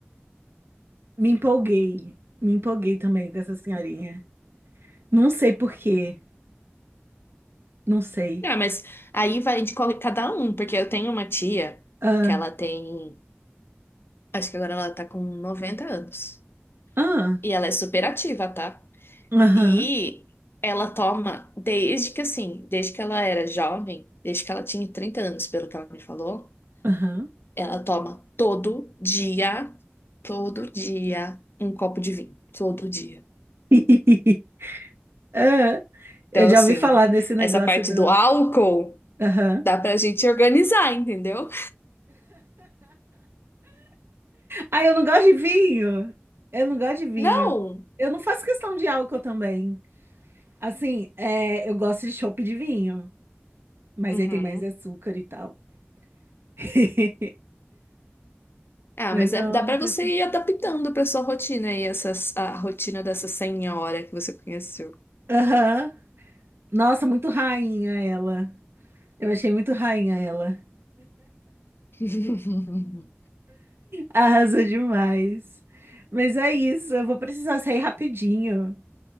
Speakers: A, on the right (about 60°); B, on the left (about 55°).
A: me empolguei. Me empolguei também com essa senhorinha. Não sei por quê, não sei.
B: Ah, mas aí vai de qual- cada um, porque eu tenho uma tia
A: Ah,
B: que ela tem, acho que agora ela tá com 90 anos.
A: ah,
B: E ela é super ativa, tá?
A: aham,
B: E ela toma desde que assim, desde que ela era jovem, desde que ela tinha 30 anos, pelo que ela me falou,
A: aham.
B: ela toma todo dia, todo dia um copo de vinho, todo dia.
A: <laughs> Ah,
B: Então,
A: eu já
B: assim,
A: ouvi falar desse negócio
B: essa parte
A: do...
B: do álcool
A: Aham.
B: dá pra gente organizar, entendeu?
A: Ah, eu não gosto de vinho. Eu não gosto de vinho.
B: Não.
A: Eu não faço questão de álcool também. Assim, é, eu gosto de chopp de vinho, mas
B: Uhum.
A: aí tem mais açúcar e tal. <laughs>
B: Ah,
A: Mas
B: mas
A: não,
B: é- dá
A: não
B: pra
A: faço.
B: você ir adaptando pra sua rotina aí, essas, a rotina dessa senhora que você conheceu.
A: Aham. Nossa, muito rainha ela. Eu achei muito rainha ela.
B: <laughs>
A: Arrasou demais. Mas é isso, eu vou precisar sair rapidinho